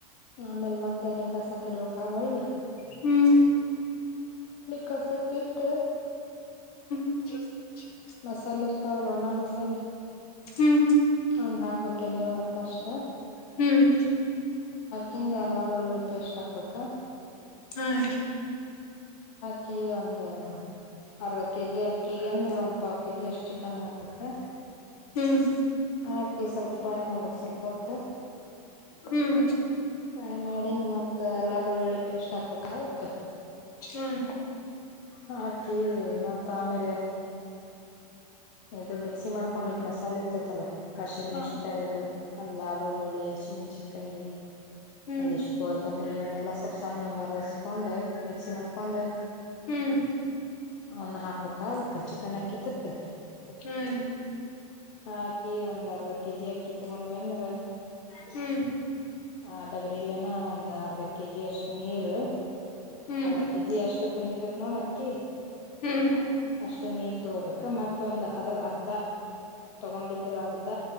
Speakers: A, on the left; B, on the left.
A: ಆಮೇಲೆ ಮತ್ತೆ ಎಣ್ಣೆ ಕಸ ಕೆ ಇಡ್ಬೇಕಕ್ಳ್ಳಿ
B: ಹ್ಮ್
A: ಕಾಸಕ್ ಇಟ್ಟು
B: <inaudible>
A: ಮಸಾಲೆ ಇರ್ತಾವಲ್ವ ನ ಮಸಾಲೆ
B: ಹ್ಮ್
A: ಅವನ್ ಹಾಕ್ಬೇಕ ಎನ್ೋಪ್ಪ ಅಷ್ಟೆ
B: ಹ್ಮ್ ಹ್ಮ್
A: ಚಿಂದ ಎಲ್ಲ ಬೆಳ್ಳುಳ್ಳಿ ಪೇಸ್ಟ್ ಹಾಕ್ಬೇಕ
B: ಹಾ ರೀ
A: ಅಕ್ಕಿ ಒಂದ ಅರ್ಧ ಕೆಜಿ ಅಕ್ಕಿಿಗೆಂದ್ರ ಒಂದ ಪಾವ ಕೆಜಿ ಅಷ್ಟು ಕನ್ನಕುಕ್ಕೆ
B: ಹ್ಮ್
A: ಹಾಕಿ ಸ್ವಲ್ಪ ಫ್ರೈ ಮಾಡ್ಬೇಕು ಸ್ವಲ್ಪ ಹೊತ್ತ
B: ಹ್ಮ್
A: ಫ್ರೈ ಮಾಡಿ ಮತ್ ಅಲ್ಲಾ ಬೆಳ್ಳುಳ್ಳಿ ಪೇಸ್ಟ್ ಹಾಕ್ಬೇಕಕ್
B: ಹ್ಮ್
A: ಹಾಕಿ ಮತ್ತ ಆಮೇಲೆ ಇದು ಮಿಕ್ಸಿ ಮಾಡ್ಕೊಂಡಿದ್ ಮಸಾಲೆ ಇರ್ತೇತಲ್ಲ ಹಸಿಮೆಣಸಕಾಯಿ
B: ಹಾ
A: ಅದು ಎಲ್ಲಾ ಬೆಳ್ಳುಳ್ಳಿ ಹಸಿಮೆಣಸಿಕಾಯಿ
B: ಹ್ಮ್
A: ಒಂದಿಷ್ಟು ಕೊತಂಬರೀ ಅವನೆಲ್ಲ ಸ್ವಲ್ಪ ಸಣ್ಣ ಹಂಗಾರ ಹಚ್ಚಿಕೊಂಡು ಮಿಕ್ಸಿ ಮಾಡ್ಕೊಂಡೆ
B: ಹ್ಮ್
A: ಅವನ್ನ ಹಾಕಬೇಕಾ ಹ ಚಿಕನ್ ಹಾಕಿದ್ದಕ್ಕ
B: ಹ್ಮ್
A: ಹ ಅಕ್ಕಿ ಒಂದ್ ಅರ್ಧ ಕೆಜಿ ಅಕ್ಕಿ ತಗೊಂಡ್ವಿ ಅಂತ ಅಂದ್ರ
B: ಹ್ಮ್
A: ಆ ಡಬರಿಲೆನ ಒಂದು ಅರ್ಧ ಕೆಜಿ ಅಷ್ಟು ನೀರು
B: ಹ್ಮ್
A: ಅರ್ಧ ಕೆಜಿ ಎಷ್ಟು ಬಂದಿರ್ತತ್ ನೋಡ ಅಕ್ಕಿ
B: ಹ್ಮ್
A: ಅಷ್ಟು ನೀರ್ ತಗೋಬೇಕ ಮತ್ತೊಂದ ಅದ್ರ ಅರ್ಧ ತಗೊಂಡಿದ್ರ ಅರ್ಧ